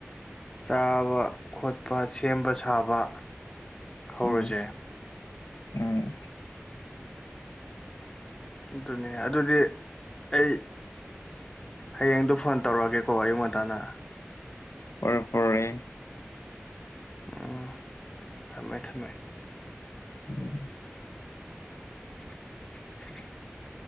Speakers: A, on the left; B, on the left.
A: ꯆꯥꯕ ꯈꯣꯠꯄ ꯁꯦꯝꯕ ꯁꯥꯕ ꯍꯧꯔꯁꯦ
B: ꯎꯝ ꯎꯝ
A: ꯑꯗꯨꯅꯤ ꯑꯗꯨꯗꯤ ꯑꯩ ꯍꯌꯦꯡꯗꯨ ꯐꯣꯟ ꯇꯧꯔꯛꯑꯒꯦꯀꯣ ꯑꯌꯨꯛ ꯉꯟꯇꯥꯅ
B: ꯐꯥꯔꯦ ꯐꯥꯔꯦ
A: ꯎꯝ ꯊꯝꯃꯦ ꯊꯝꯃꯦ
B: ꯎꯝ
A: <unintelligible>